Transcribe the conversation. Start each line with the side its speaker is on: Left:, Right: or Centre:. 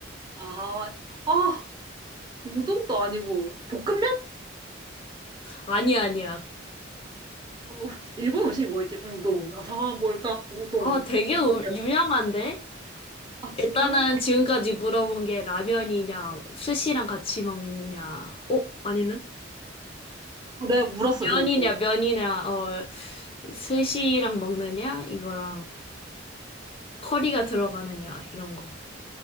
Right: 아, 아, 우동도 아니고, 볶음면?
Left: 아니야, 아니야.
Right: 어, 일본 음식이 뭐였지? 우동. 아, 상황 뭘까? 우동,
Left: 아, 되게
Right: 볶음면.
Left: 우- 유명한데?
Right: 아, 진짜?
Left: 일단은 지금까지 물어본 게 라면이냐, 스시랑 같이 먹냐, 어? 아니네?
Right: 아, 내가 물었어,
Left: 면이냐,
Right: 그것도.
Left: 면이냐, 어, 스시랑 먹느냐, 이거랑 커리가 들어가느냐, 이런 거.